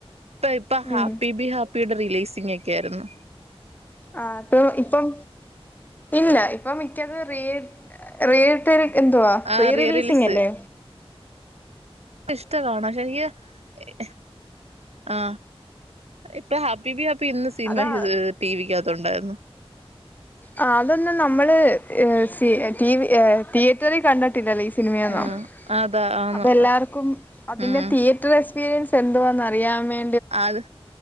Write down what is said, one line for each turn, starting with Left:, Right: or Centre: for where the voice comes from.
Right: ഇപ്പ ഇപ്പൊ ഹാപ്പി
Left: ഉം
Right: ബി ഹാപ്പി ടെ റിലീസ് ങ്ങേക്കാരുന്നു
Left: ആ ഇപ്പ ഇപ്പം ഇല്ല ഇപ്പം മിക്കത് റിയെ റിയേ ടെറി എന്തുവാ
Right: ആഹ്
Left: റീറിലീസിംഗല്ലേ
Right: റീ റിലീസ് ഇഷ്ട കാണാം ശെരിക ഏ ആ ഇപ്പ ഹാപ്പി ബി ഹാപ് പ്പിന്ന് സിനിമ
Left: അതാ
Right: ഇത് ടി വിക്കകത് ട്ടൊണ്ടായിരുന്നു
Left: ആഹ് അതൊന്നും നമ്മള് ഏഹ് സി ടി വി ഏഹ് തിയേറ്ററിൽ കണ്ടിട്ടില്ലല്ലേ ഈ സി സിനിമയൊന്നും
Right: ആഹ് അതാ ആന്ന്
Left: അപ്പ എല്ലാവർക്കും അതിന്റെ
Right: ഉം
Left: തിയറ്റർ എസ് ക്സ്പീരിയൻസ് എന്തുവാന്നറിയാൻ വേ
Right: ആഹ് അത്